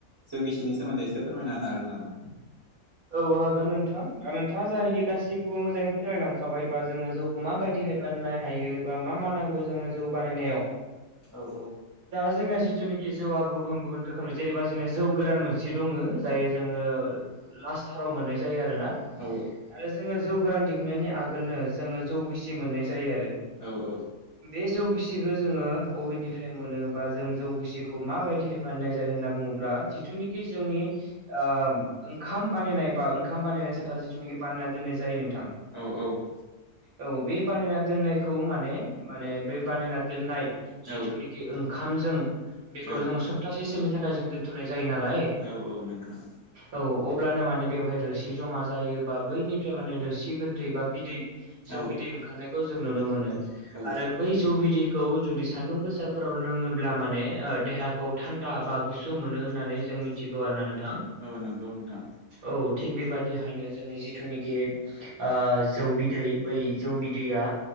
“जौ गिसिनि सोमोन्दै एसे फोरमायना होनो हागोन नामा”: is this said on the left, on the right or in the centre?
Right